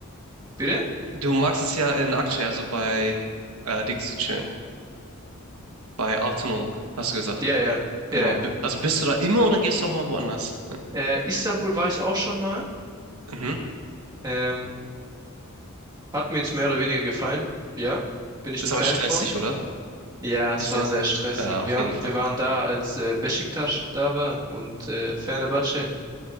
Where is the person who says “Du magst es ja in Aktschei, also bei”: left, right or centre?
Right